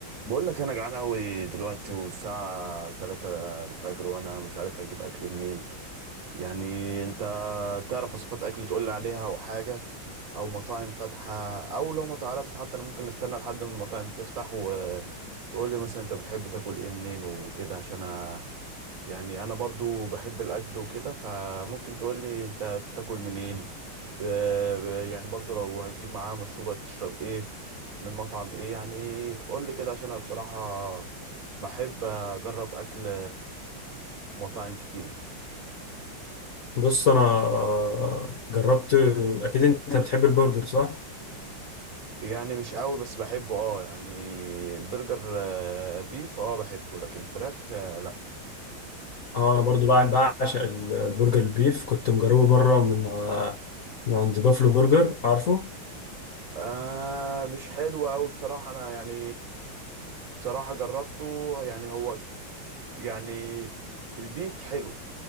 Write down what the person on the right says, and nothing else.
بقول لك انا جعان قوي دلوقتي والساعه 3 الفجر وانا مش عارف اجيب اكل منين يعني انت تعرف وصفات اكل تقول لي عليها او حاجه او مطاعم فاتحه او لو ما تعرفش حتى انا ممكن نستنى لحد ما المطاعم تفتح وتقول لي مثلا انت بتحب تاكل ايه منين وكده عشان يعني انا برضو بحب الاكل وكده فممكن تقولي انت بتاكل منين ب... ب... يعني برضو لو هتجيب معاه مشروبات تشرب ايه من مطعم ايه يعني قولي كده عشان انا بصراحة بحب اجرب اكل مطاعم كتير
يعني مش قوي بس بحبه اه يعني البرجر آه، بيف اه بحبه لكن فراخ آه، لا
آه مش حلو قوي بصراحة انا يعني بصراحة جربته يعني هو يعني البيف حلو